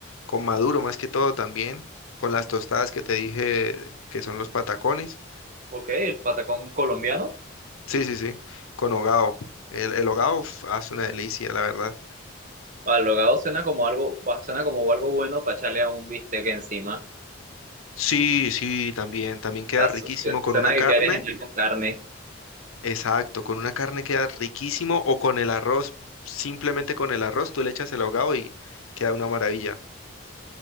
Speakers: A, on the left (about 90°); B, on the right (about 40°).
A: con maduro más que todo también, con las tostadas que te dije que son los patacones
B: ok, el patacón colombiano.
A: Sí, sí, sí, con hogao. El, el hogao uf, hace una delicia, la verdad.
B: O Alogado suena como algo, va- suena como algo bueno para echarle a un bistec encima.
A: Sí, sí, también, también queda
B: Está
A: riquísimo
B: su-
A: con
B: Suena
A: una
B: que
A: carne.
B: quieres en el con carne.
A: Exacto, con una carne queda riquísimo o con el arroz, simplemente con el arroz, tú le echas el ahogado y queda una maravilla.